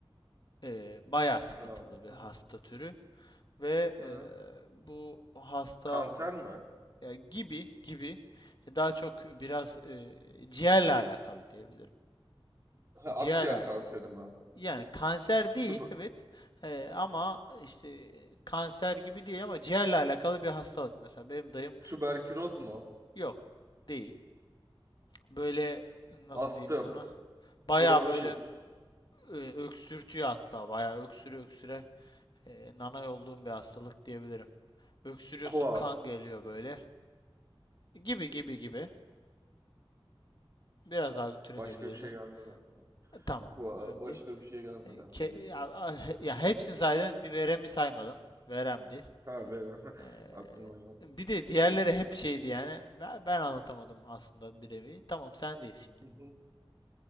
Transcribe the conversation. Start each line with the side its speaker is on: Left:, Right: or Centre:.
Left: Eee bayağı sıkıntılı
Right: Ha.
Left: bir
Right: Hı
Left: hasta
Right: hı.
Left: türü ve eee,
Right: Hı.
Left: bu hasta
Right: Kanser mi?
Left: ya gibi gibi e, daha çok biraz eee, ciğerle alakalı diyebilirim.
Right: Ha,
Left: E,
Right: akciğer
Left: ciğerle
Right: kanseri mi?
Left: Yani kanser değil
Right: Tüb-
Left: evet Eee, ama işte kanser gibi değil ama ciğerle alakalı bir hastalık mesela benim dayım
Right: tüberküloz mu?
Left: yok değil. Böyle nasıl
Right: Astım.
Left: diyeyim sana baya
Right: Bronşit.
Left: böyle e, öksürtüyor hatta baya öksüre öksüre e, nanay olduğum bir hastalık diyebilirim. Öksürüyorsun
Right: Koa.
Left: kan geliyor böyle gibi gibi gibi biraz daha türetebilirsin.
Right: Başka bir şey gelmedi aklıma.
Left: E, tamam
Right: Koa.
Left: önemli
Right: Başka
Left: değil.
Right: bir şey gelmedi
Left: E,
Right: aklıma.
Left: ke-
Right: Bir-
Left: ya, <laughs> ya hepsini saydın bir veremi saymadın veremdi.
Right: Ha benim. <laughs>
Left: Ee,
Right: Aklıma geldi.
Left: bir de diğerleri hep şeydi yani. Ben, ben anlatamadım aslında bir nevi. Tamam sendeyiz şimdi.
Right: Hı hı.